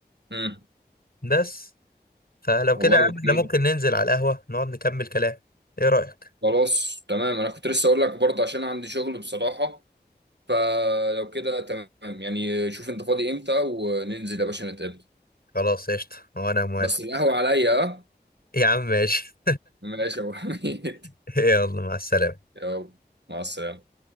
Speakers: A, on the right; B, on the left.
A: امم
B: بس فلو
A: والله
B: كده يا
A: يا
B: عم
A: ابو
B: احنا
A: حميد
B: ممكن ننزل على القهوة نقعد نكمل كلام ايه رأيك
A: خلاص تمام انا كنت لسه اقول لك برضه عشان عندي شغل بصراحة فلو كده تمام يعني شوف انت فاضي امتى وننزل يا باشا نتقابل
B: خلاص قشطة وانا موافق
A: بس القهوة عليا ها؟
B: يا عم ماشي
A: ماشي يا ابو حميد
B: <laughs> يلا مع السلامة
A: <laughs> يلا مع السلامة